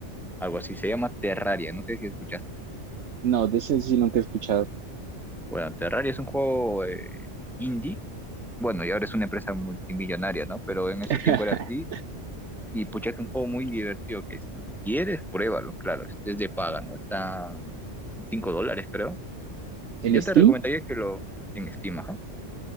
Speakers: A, in the centre; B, on the right (about 70°).
A: algo así. Se llama Terraria, no sé si escuchaste.
B: No, de ese sí nunca he escuchado.
A: Bueno, Terraria es un juego eh, indie, bueno, y ahora es una empresa multimillonaria, ¿no? Pero en ese
B: <laughs>
A: tiempo era así, y pucha, es un juego muy divertido que si quieres, pruébalo, claro, es, es de paga, ¿no? Está 5 dólares, creo.
B: ¿En
A: Yo
B: Steam?
A: te recomendaría que lo en Steam, ajá.